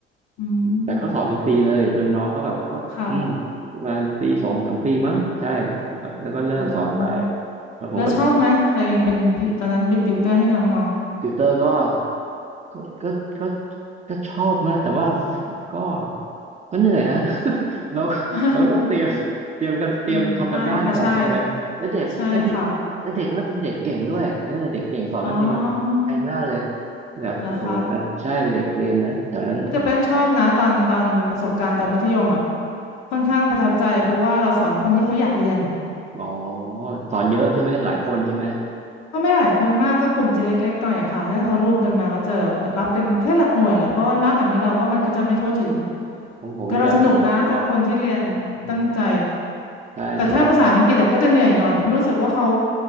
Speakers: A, on the left (about 60°); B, on the right (about 25°).
A: อื
B: แต่เขาสอนเป็นปีเลยจนน้องเขาแบบเขาก็อืมประมาณปีสองสามปีมั้งใช่
A: มค่ะ
B: แล้วก็เลิกสอนไป
A: อืม
B: แล้วผมก็
A: แล้วชอบไหมตัวเองเป็นพิตอนนั้นเป็นติวเตอร์ให้น้อง
B: ติวเตอร์ก็ก็ก็ก็ก็ชอบนะแต่ว่าก็ ก็เหนื่อยนะ <laughs> เรา
A: ๆ
B: เราก็ต้องเตรียมเตรียมกันเตรียมทำกันบ้านก่อนใช่ไหม
A: <laughs> อืมใช่ค่ะใช่
B: แล้วเด็กแล้วเด็กแล้วเด็กแล้วเป็นเด็กเก่งด้วยเออเด็กเก่งสอนแป๊บเดียวมันไฮมากเลย
A: ใช่ค่ะอ๋อ
B: แบบโอ้โหใช่เป็นเด็กเรียนนะแถวนั้นแถว
A: เหรอคะก็จะแป้งชอบนะตอนตอนประสบการณ์ตอนมัธยมอ่ะค่อนข้างประทับใจเพราะว่าเราสอนคนที่เขาอยากเรียน
B: อ๋อสอนเยอะใช่ไหมหลายคนใช่ไหม
A: ก็ไม่หลายคนมากก็กลุ่มจะเล็กๆหน่อยอะค่ะถ้าเขารวมกันมาก็จะแบบรับกันแค่หลักหน่วยแหละเพราะว่ามากกว่านี้เราก็มันก็จะไม่ทั่วถึง
B: ของผมนี่แบบคนว่อตัว
A: ก็เราสนุกนะถ้าคนที่เรียนตั้งใจ
B: อืมใช่ใช่
A: แต่ถ้าภาษาอังกฤษอะก็จะเหนื่อยหน่อยเพราะรู้สึกว่าเขา